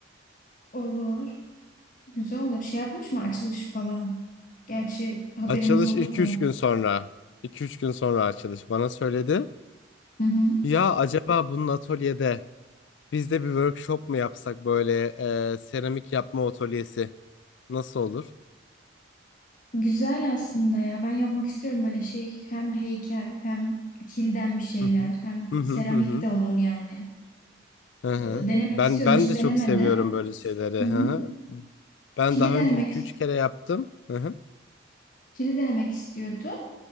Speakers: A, on the left; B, on the left.
A: Olur. Güzel olur. Şey yapmış mı açılış falan? Gerçi haberimiz
B: Açılış
A: olurdu.
B: iki üç gün sonra. iki üç gün sonra açılış bana söyledi.
A: Hı hı.
B: Ya acaba bunun atölyede biz de bir workshop mu yapsak böyle e, seramik yapma atölyesi nasıl olur?
A: Güzel aslında ya. Ben yapmak istiyorum böyle şey. Hem heykel hem kilden bir şeyler
B: Hı hı.
A: hem
B: Hı hı
A: seramik
B: hı hı.
A: de olur yani.
B: Hı hı.
A: Ee, denemek
B: Ben
A: istiyorum.
B: ben
A: Hiç
B: de
A: denemedim.
B: çok seviyorum böyle şeyleri.
A: Hı hı.
B: Hı hı. Ben
A: Kili
B: daha
A: denemek
B: önce iki üç kere yaptım. Hı hı.
A: kili denemek istiyordu.